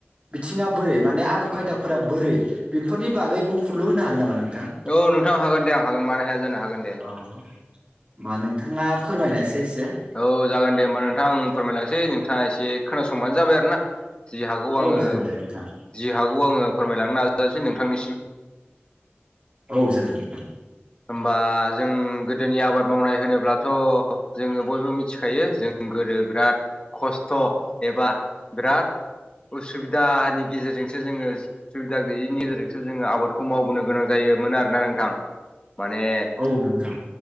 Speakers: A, on the right; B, on the left.
A: बिथिङा बोरै माने आदब खायदाफोरा बोरै बेफोरनि बागै बुंफलु होनो हागोन नामा नोंथां?
B: औ नोंथाङा हागोन दे आं हागोन मानो हाया जानो हागोन दे।
A: अ होमबा नोंथाङा फोरमायनायसै एसे
B: औ जागोन दे होमबा नोंथां आं फोरमायलांनोसै नोंथाङा एसे खोनासंबानो जाबाय आरो ना जि हागौ आङो
A: औ जागोन दे नोंथां
B: जि हागौ आङो फोरमायलांनो नाजानोसै नोंथांनिसिम
A: औ जागोन नोंथां
B: होमबा जों गोदोनि आबाद मावनाय होनोब्लाथ' जोङो बयबो मिथिखायो जों गोदो बिराद खस्थ' एबा बिराद उसुबिदानि गेजेरजोंसो जोङो सुबिदा गैयिनि गेजेरजोंसो जोङो आबादखौ मावबोनो गोनां जायोमोन आरोना नोंथां। माने
A: औ नोंथां